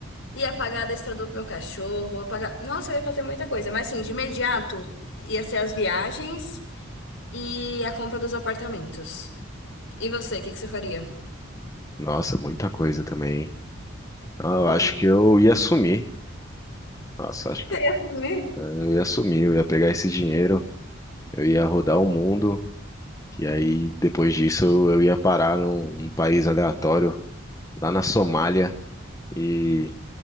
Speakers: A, on the left; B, on the left.
A: Ia pagar adestrador pro meu cachorro, ia pagar... Nossa, eu ia fazer muita coisa. Mas assim, de imediato, ia ser as viagens e a compra dos apartamentos. E você, o que que você faria?
B: Nossa, muita coisa também. hein? Ah, eu
A: Hum.
B: acho que eu
A: <laughs>
B: ia sumir. Nossa, acho que
A: Você ia sumir?
B: eu ia sumir, eu ia pegar esse dinheiro, eu ia rodar o mundo, e aí depois disso eu, eu ia parar num, num país aleatório, lá na Somália, e